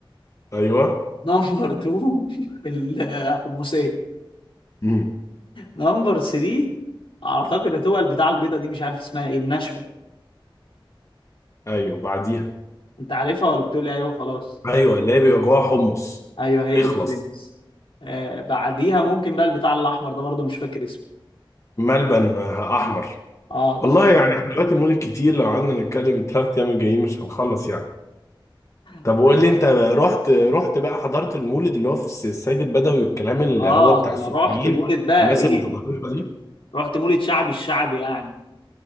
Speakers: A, on the left (about 35°); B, on the left (about 80°).
A: ايوه
B: نمبر 2 <laughs> الحمصيه
A: امم
B: نمبر 3 اعتقد هتبقى البتاعه البيضه دي مش عارف اسمها ايه الناشفه
A: ايوه بعديها
B: انت عارفها ولا بتقول لي ايوه خلاص
A: ايوه اللي هي بيبقى جواها حمص
B: ايوه هي
A: اخلص
B: دي برنس آه بعديها ممكن بقى البتاع الاحمر ده برضو مش فاكر اسمه
A: ملبن آه، احمر
B: اه
A: والله
B: ده خطير.
A: يعني حلويات المولد كتير لو قعدنا نتكلم الثلاث ايام الجايين مش هنخلص يعني طب
B: <laughs>
A: قول لي انت رحت رحت بقى حضرت المولد اللي هو في الس- السيد البدوي والكلام اللي
B: اه
A: هو بتاع
B: ده
A: السوريين
B: انا رحت مولد بقى
A: الناس
B: ايه
A: المتطرفه دي
B: رحت مولد شعبي الشعبي يعني